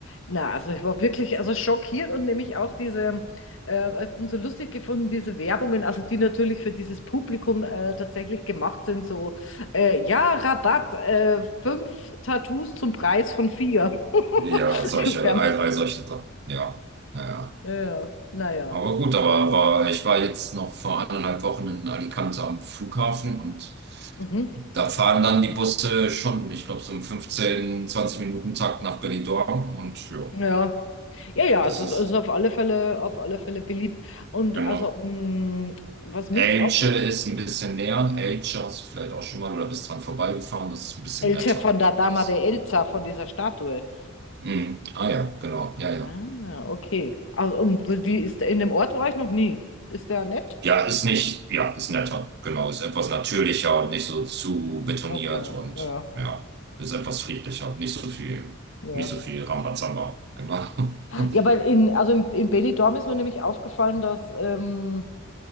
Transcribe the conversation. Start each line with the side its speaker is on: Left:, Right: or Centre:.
Left: Na, also ich war wirklich also schockiert und nämlich auch diese, äh, hab dann so lustig gefunden, diese Werbungen, also die natürlich für dieses Publikum äh, tatsächlich gemacht sind, so, äh, ja, Rabatt, äh, fünf Tattoos zum Preis von vier. <laughs>
Right: Ja, solche, all, all solche Sachen. Ja, ja.
Left: Ja, ja, naja.
Right: Aber gut, aber, aber ich war jetzt noch vor eineinhalb Wochen in Alicante am Flughafen und
Left: Mhm.
Right: da fahren dann die Busse schon, ich glaube, so im 15, 20 Minuten Takt nach Benidorm und ja,
Left: Ja, ja, ja,
Right: das
Left: es ist,
Right: ist
Left: es ist auf alle Fälle, auf alle Fälle beliebt. Und
Right: genau.
Left: also, mh, was mir
Right: Elche
Left: jetzt auf,
Right: ist ein bisschen näher. Elche hast du vielleicht auch schon mal oder bist dran vorbeigefahren. Das ist ein bisschen
Left: Elche
Right: netter.
Left: von der Dama
Right: Das,
Left: de Elsa, von dieser Statue.
Right: Mhm. Ah ja, genau. Ja, ja.
Left: Ah, okay. Also, und die ist in dem Ort war ich noch nie. Ist der nett?
Right: Ja, ist nicht, ja, ist netter. Genau, ist etwas natürlicher und nicht so zu betoniert
Left: Okay,
Right: und
Left: ja,
Right: ja, ist etwas friedlicher. Nicht so viel,
Left: ja.
Right: nicht so viel Rambazamba. Genau. <laughs>
Left: Ja, weil in, also in, in Benidorm ist mir nämlich aufgefallen, dass, ähm,